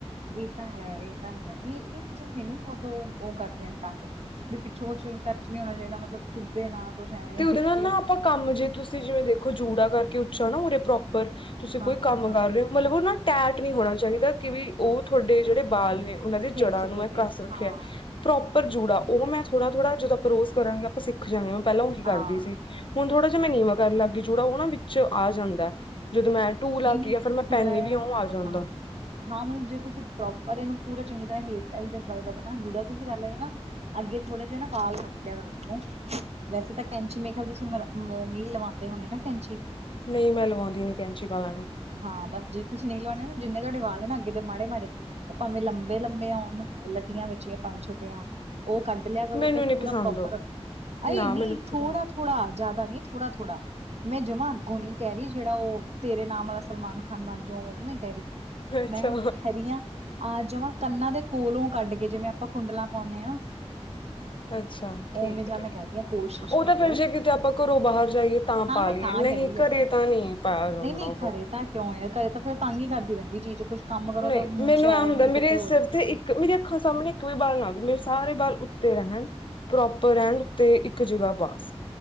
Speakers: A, on the right; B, on the left.
A: ਇਹ ਤਾਂ ਹੈ ਇਹ ਤਾਂ ਹੈ ਇਹ ਇਹ ਚੀਜ਼ਾਂ ਮੈਨੂੰ ਬਹੁਤ ਉਹ ਕਰਦੀ ਤੰਗ ਵੀ ਪਿੱਛੋਂ ਕੁਛ ਟੱਚ ਨੀ ਹੋਣਾ ਚਾਹੀਦਾ ਮਤਲਬ ਚੁੱਭੇ ਨਾ ਕੁਛ ਐਵੇਂ
B: ਤੇ ਉਹਦੇ
A: ਕਰਕੇ
B: ਨਾਲ ਨਾ ਆਪਾਂ ਕੰਮ ਜੇ ਤੁਸੀਂ ਜਿਵੇਂ ਦੇਖੋ ਜੂੜਾ ਕਰਕੇ ਉੱਚਾ ਨਾ ਉਰੇ ਪ੍ਰੋਪ ਉਪਰ ਤੁਸੀਂ
A: ਹਾਂ
B: ਕੋਈ
A: ਹਾਂ
B: ਕੰਮ
A: ਹਾਂ
B: ਕਰ ਰਹੇ ਹੋ ਮਤਲਬ ਉਹ ਨਾ, ਟੈਟ ਨਹੀਂ ਹੋਣਾ ਚਾਹੀਦਾ ਕਿ ਵੀ ਉਹ ਤੁਹਾਡੇ ਜਿਹੜੇ ਬਾਲ ਨੇ ਉਹਨਾਂ ਦੀ
A: ਖਿੱਚ
B: ਜੜ੍ਹਾਂ ਨੂੰ
A: ਪਵੇ
B: ਮੈਂ ਕਸ ਰੱਖਿਆ
A: ਹਾਂ
B: ਪ੍ਰੋਪਰ ਜੂੜਾ ਉਹ ਮੈਂ ਥੋੜਾ ਥੋੜਾ ਜਦੋਂ ਰੋਸ ਕਰਾਂਗੇ ਆਪਾਂ ਸਿੱਖ ਜਾ ਗੇ ਮੈਂ ਪਹਿਲਾਂ ਉਹੀ ਕਰਦੀ
A: ਹਾਂ
B: ਸੀ ਹੁਣ ਥੋੜ੍ਹਾ ਜੇ ਮੈਂ ਨੀਵਾਂ ਕਰਨ ਲਾਗੀ ਜੂੜਾ ਉਹ ਨਾ ਵਿੱਚ ਆ ਜਾਂਦਾ ਜਦੋਂ ਮੈਂ ਟੂਲ
A: ਨਹੀਂ
B: ਆ
A: ਨਹੀਂ
B: ਕੇ ਜਾਂ ਫਿਰ ਮੈਂ
A: ਥੋੜਾ
B: ਪੈਨੀ
A: ਜਿਹਾ
B: ਵੀ ਉਹ ਆ ਜਾਂਦਾ
A: ਹਾਂ ਹਾਂ ਮਤਲਬ ਜੇ ਤੁਸੀਂ ਪ੍ਰੋਪਰ ਇਹਨੂੰ ਪੂਰਾ ਚੰਗੀ ਤਰ੍ਹਾਂ ਹੇਅਰ ਸਟਾਈ ਬਲ ਜੁੜਿਆ ਤੁਸੀਂ ਕਰ ਲ ਨਾ ਅੱਗੇ ਥੋੜੇ ਜੇ ਨਾ ਬਾਲ ਕੱਢ ਲਿਆ ਕਰ ਉੱਥੋਂ ਵੈਸੇ ਤਾਂ ਕੈਂਚੀ ਮੇਰੇ ਖਿਆਲ ਤੁਸੀਂ ਮ ਨਹੀਂ ਲਵਾਉਂਦੇ ਹੋਣੇ ਨਾ ਕੈਂਚੀ
B: ਨਹੀਂ ਮੈਂ ਲਵਾਉਂਦੀ ਨੀ ਕੈਂਚੀ ਵਾਲਾ ਨੂੰ
A: ਹਾਂ ਬਸ ਜੇ ਤੁਸੀਂ ਨਹੀਂ ਲਾਉਣੇ ਹੋ ਨਾ ਜਿੰਨੇ ਤੁਹਾਡੇ ਵਾਲ ਨੇ ਨਾ ਅੱਗੇ ਦੇ ਮਾੜੇ ਮਾੜੇ ਉਹ ਭਾਵੇਂ ਲੰਬੇ ਲੰਬੇ ਹੋਣ ਲਟੀਆਂ ਵਿੱਚ ਭਾਵੇਂ ਛੋਟੀਆ ਹੋਣ ਉਹ ਕੱਢ ਲਿਆ ਕਰੋ
B: ਮੈਨੂੰ
A: ਤੇ
B: ਨੀ
A: ਪੂਰਾ
B: ਪਸੰਦ
A: ਪ੍ਰੋਪਰ
B: ਉਹ
A: ਅਰੇ
B: ਨਾ
A: ਨਹੀਂ
B: ਮੈਨੂੰ
A: ਥੋੜਾ
B: ਪਸੰਦ
A: ਥੋੜਾ ਜ਼ਿਆਦਾ ਨਹੀਂ ਥੋੜਾ ਥੋੜਾ ਮੈਂ ਜਮਾਂ ਅੱਗੋਂ ਨੀ ਕਹਿ ਰਹੀ ਜਿਹੜਾ ਉਹ ਤੇਰੇ ਨਾਮ ਵਾਲਾ ਸਲਮਾਨ ਖਾਨ ਬਣ ਜਾਓ ਓਵੇਂ ਮੈਂ ਕਹਿ ਰਹੀ
B: ਅੱਛਾ
A: ਮੈਂ ਕਹਿ ਰਹੀ ਹਾਂ ਆ ਜਮਾ ਕੰਨਾਂ ਦੇ ਕੋਲੋਂ ਕੱਢ ਕੇ ਜਿਵੇਂ ਆਪਾਂ ਕੁੰਡਲਾਂ ਪਾਉਂਦੇ ਹਾਂ
B: ਅੱਛਾ ਠੀਕ
A: ਉਵੇਂ ਜਾ
B: ਹੈ ਠੀਕ
A: ਮੈਂ ਕਹਿ
B: ਹੈ
A: ਰਹੀ ਹਾਂ ਕੋਸ਼ਿਸ਼
B: ਉਹ
A: ਕਰਿਓ
B: ਤਾਂ ਫੇਰ ਜੇ ਕਿਤੇ ਆਪਾਂ ਘਰੋਂ ਬਾਹਰ ਜਾਈਏ ਤਾਂ
A: ਹਾਂ
B: ਪਾ
A: ਮੈਂ
B: ਲਈਏ
A: ਤਾਂ
B: ਨਹੀਂ
A: ਕਹਿ ਰਹੀ ਹਾਂ
B: ਘਰੇ ਤਾਂ ਨਹੀਂ ਪਾਇਆ ਜਾਂਦਾ
A: ਨਹੀਂ ਨਹੀਂ
B: ਉਹ
A: ਘਰੇ ਤਾਂ ਕਿਉਂ ਘਰੇ ਤਾਂ ਫਿਰ ਤੰਗ ਹੀ ਕਰਦੀ ਰਹਿੰਦੀ ਜੀ ਚ ਕੁਛ ਕੰਮ ਕਰੋ
B: ਨਹੀਂ
A: ਤਾਂ ਮੂੰਹ
B: ਮੈਨੂੰ
A: ਚ ਆਏ
B: ਐ ਹੁੰਦਾ
A: ਨੀ
B: ਮੇਰੇ
A: ਕਿਤੇ ਹੋਰ
B: ਸਿਰ
A: ਪੈਂਦੀ
B: ਤੇ
A: ਹੈ।
B: ਇੱਕ ਮੇਰੀ ਅੱਖਾਂ ਸਾਹਮਣੇ ਇੱਕ ਵੀ ਬਾਲ ਆਵੇ ਮੇਰੇ ਸਾਰੇ ਬਾਲ ਉੱਤੇ ਰਹਿਣ ਪ੍ਰੋਪਰ ਰਹਿਣ ਉਤੇ ਇੱਕ ਜਗ੍ਹਾ ਬਸ,